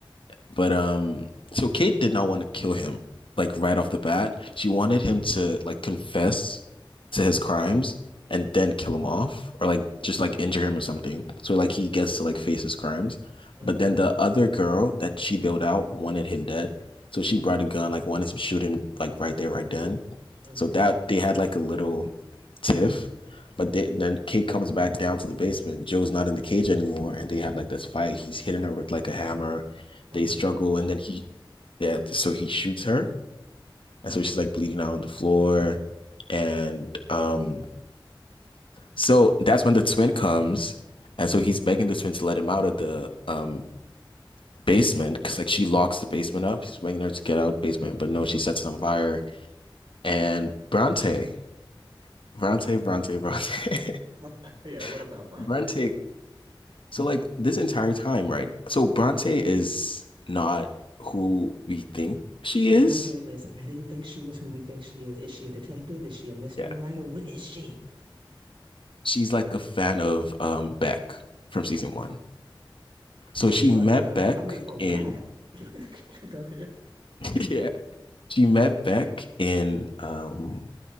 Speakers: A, on the left (about 75°); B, on the right (about 65°).
A: but um, so Kate did not want to kill him like right off the bat. She wanted
B: My goodness.
A: him to like confess to his crimes and then kill him off or like just like injure him or
B: That.
A: something. So like he gets to like face his crimes.
B: hmm
A: But then the other girl that she bailed out wanted him dead. So she brought a gun, like wanted to shoot him like right there, right then.
B: hmm
A: So that they had like a little tiff. But they, then Kate comes back down to the basement. Joe's not in the cage anymore, and they have like this fight. He's hitting her with like a hammer,
B: Oh
A: they
B: my
A: struggle,
B: gosh.
A: and then he, yeah, so he shoots her, and so she's like bleeding out on the floor, and um, so that's when the twin comes, and so he's begging the twin to let him out of the um basement because like she locks the basement up. She's begging her to get out of the basement,
B: hmm
A: but no, she sets it on fire, and Bronte, Bronte, Bronte, Bronte,
B: <laughs> Yeah, what about
A: <laughs>
B: Bronte?
A: Bronte. So like this entire time, right? So Bronte is not who we think she
B: Well,
A: is.
B: my goodness, I didn't think she was who we think she is. Is she a detective? Is she a mystery
A: Yeah.
B: writer? What is she?
A: she's like a fan of um Beck from season one. So
B: For
A: she
B: what,
A: met
B: girl?
A: Beck
B: I mean, for what?
A: in
B: <laughs> Go ahead.
A: <laughs> yeah, she met Beck in um